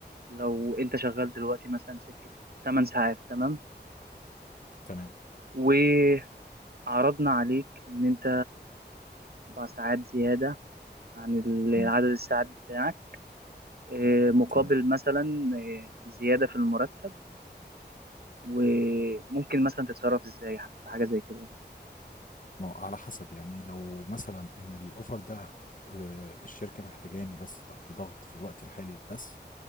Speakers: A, on the right; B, on the left.
A: لو انت شغال دلوقتي مثلا سكة 8 ساعات تمام
B: تمام
A: وعرضنا عليك ان انت 4 ساعات زيادة عن ال-
B: مم.
A: عدد الساعات بتاعك آه، مقابل
B: تمام
A: مثلا آه، زيادة في المرتب وممكن مثلا تتصرف ازاي في حاجة زي كده
B: ما هو على حسب يعني لو مثلا ان الاوفر ده آه، الشركه محتاجاني بس تحت ضغط في الوقت الحالي بس